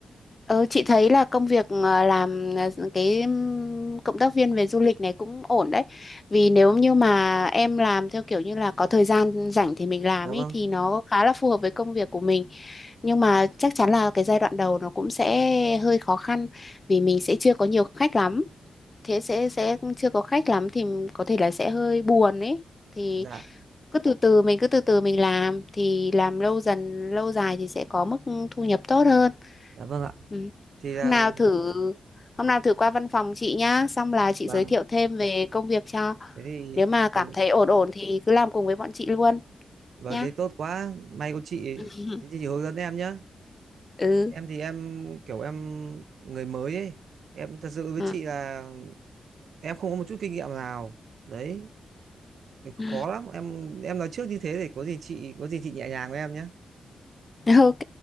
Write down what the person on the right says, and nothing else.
Dạ
vâng,
dạ,
dạ vâng ạ.
Thì
là
vâng,
thế thì
vâng,
vâng
thế tốt quá. May có chị,
thế thì chị hướng dẫn em nhá.
Em thì em kiểu em người mới ấy. Em thật sự với
chị là em không có một chút kinh nghiệm nào. Đấy, thì khó
lắm. Em em nói trước như thế để có gì chị có gì chị nhẹ nhàng với em nhá.